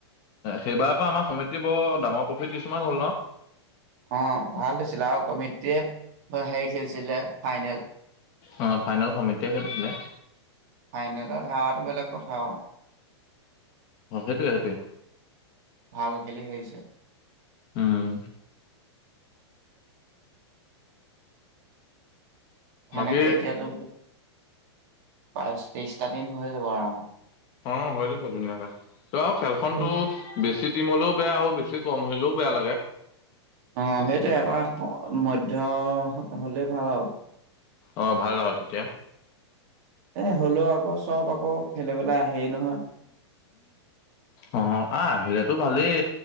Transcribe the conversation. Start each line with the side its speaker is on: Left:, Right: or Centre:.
Left: সেইবাৰ আকৌ আমাৰ সমিতি বৰ ডাঙৰ প্ৰফিট কিছুমান হ'ল ন।
Right: অ ভাল হৈছিলে আৰু কমিটেয়ে হেৰি খেলিছিলে ফাইনেল।
Left: অ ফাইনেল সমিতিয়ে খেলিছিলে।
Right: ফাইনেলত হৰা বেলেগ কথা আও
Left: অ সেইটোৱে সেইটোৱে
Right: ভাল খেলি হাৰিছে।
Left: উম।
Right: সেনেকে
Left: বাকী
Right: এতিয়াটো বাইশ তেইছটা দিম হৈ যাব আৰামত।
Left: অ হৈ যাব ধুনীয়াকে ত আৰু খেলখনতো
Right: অ',
Left: বেছিত ট্ৰিম হলেও বেয়া, বেছি কম হলেও বেয়া লাগে।
Right: অ সেইটো এটা মধ্য হলেই ভাল আও
Left: অ ভাল হয় তেতিয়া।
Right: এই ষোল্ল আগষ্ট চব আকৌ খেলিবলৈ আহেই নহয়।
Left: অ আহ আহিলেতো ভালেই